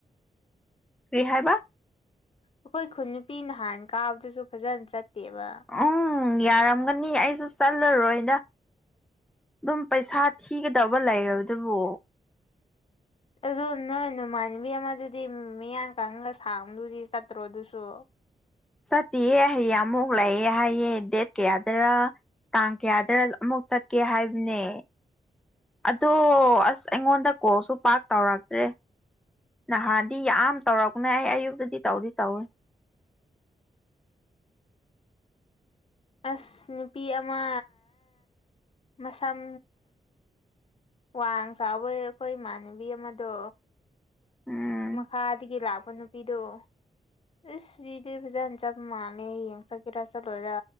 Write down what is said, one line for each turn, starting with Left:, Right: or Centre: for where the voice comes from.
Centre: ꯀꯔꯤ ꯍꯥꯏꯕ
Left: ꯑꯩꯈꯣꯏ ꯈꯨꯟ ꯅꯨꯄꯤ ꯅꯍꯥꯟ ꯀꯥꯕꯗꯨꯁꯨ ꯐꯖꯅ ꯆꯠꯇꯦꯕ
Centre: ꯎꯝ ꯌꯥꯔꯝꯒꯅꯤ ꯑꯩꯁꯨ ꯆꯠꯂꯔꯣꯏꯗ ꯑꯗꯨꯝ ꯄꯩꯁꯥ ꯊꯤꯒꯗꯧꯕ ꯂꯩꯔꯕꯗꯨꯕꯨ
Left: ꯑꯗꯨ ꯅꯣꯏ ꯅꯃꯥꯟꯅꯕꯤ ꯑꯃꯗꯨꯗꯤ ꯃꯤꯌꯥꯡ ꯀꯪꯒ ꯁꯥꯡꯕꯗꯨꯗꯤ ꯆꯠꯇ꯭ꯔꯣ ꯑꯗꯨꯁꯨ
Centre: ꯆꯠꯇꯤꯌꯦ ꯍꯌꯦꯡ ꯑꯃꯨꯛ ꯂꯥꯛꯑꯦ ꯍꯥꯏꯌꯦ ꯗꯦꯠ ꯀꯌꯥꯗꯔꯥ ꯇꯥꯡ ꯀꯌꯥꯗ ꯑꯃꯨꯛ ꯆꯠꯀꯦ ꯍꯥꯏꯕꯅꯦ ꯑꯗꯣ ꯑꯁ ꯑꯩꯉꯣꯟꯗ ꯀꯣꯜꯁꯨ ꯄꯥꯛ ꯇꯧꯔꯛꯇ꯭ꯔꯦ ꯅꯍꯥꯟꯗꯤ ꯌꯥꯝ ꯇꯧꯔꯛꯄꯅꯦ ꯑꯩ ꯑꯌꯨꯛꯇꯗꯤ ꯇꯧꯗꯤ ꯇꯧꯋꯦ <inaudible>
Left: ꯑꯁ ꯅꯨꯄꯤ ꯑꯃ ꯃꯁꯥꯝ ꯋꯥꯡ ꯆꯥꯎꯕ ꯑꯩꯈꯣꯏ ꯏꯃꯥꯟꯅꯕꯤ ꯑꯃꯗꯣ
Centre: ꯎꯝ
Left: ꯃꯈꯥꯗꯒꯤ ꯂꯥꯛꯄ ꯅꯨꯄꯤꯗꯣ ꯑꯁ ꯁꯤꯗꯤ ꯐꯖꯅ ꯆꯞ ꯃꯥꯜꯂꯦ ꯌꯦꯡ ꯆꯠꯀꯦꯔꯥ ꯆꯠꯂꯣꯏꯔꯥ